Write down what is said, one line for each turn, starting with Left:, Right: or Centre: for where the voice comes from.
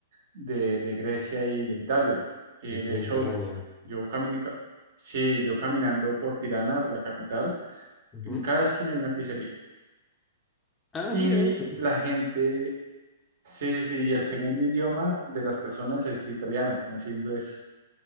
Right: de, de Grecia y de Italia. Eh, de
Left: Mediterránea.
Right: hecho, yo, cami- ca- sí, yo caminando por Tirana, la capital,
Left: Ujú.
Right: en cada esquina hay una pizzería.
Left: Ah,
Right: Y
Left: mira eso.
Right: la gente, sí, sí, sí, y el segundo idioma de las personas es italiano, no es inglés.